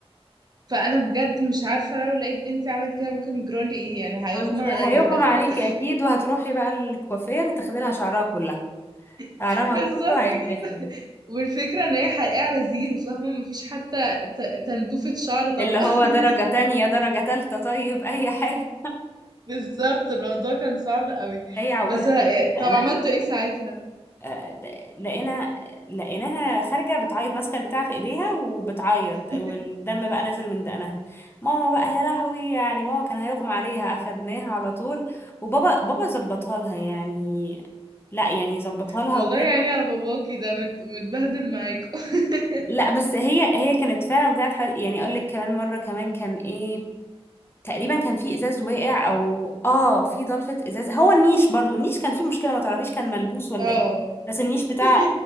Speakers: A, on the right (about 40°); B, on the left (about 20°).
A: فانا بجد مش عارفه لو لقيت بنتي عملت كده ممكن يجرالي ايه يعني هيغمى
B: ما انت
A: عليا
B: هيغمى
A: تقريبا
B: عليكي اكيد وهتروحي بقى الكوافير تاخدي لها شعرها كلها
A: <laughs>
B: شعرها
A: بالظبط
B: كله هيتاخد
A: كده والفكره ان هي حقيقه على زيرو فاهمه مفيش حتى ت- تنتوفه شعر طالعه
B: اللي هو
A: <laughs>
B: درجة تانية درجة تالتة طيب اي حاجة
A: بالظبط الموضوع كان صعب قوي
B: هي عورت
A: بس إيه،
B: يعني لقيناها
A: طب عملتوا ايه ساعتها
B: آه، د- لقينا لقيناها خارجة بتعيط ماسكة البتاع في ايديها وبتعيط
A: <laughs>
B: والدم بقى نازل من دقنها ماما بقى يا لهوي يعني ماما كان هيغمى عليها اخدناها على طول وبابا بابا ظبطها لها يعني لا يعني ظبطها لها
A: والله
B: وكده
A: يعني على باباكي ده مت... متبهدل معاكوا <laughs>
B: لا بس هي هي كانت فعلا بتاعت حوالي يعني اقول لك كمان مره كمان كان ايه تقريبا كان في ازاز واقع او اه في ضلفه ازاز هو النيش برضو النيش كان فيه مشكله ما تعرفيش كان ملبوس ولا
A: اه
B: ايه بس النيش بتاع
A: <laughs>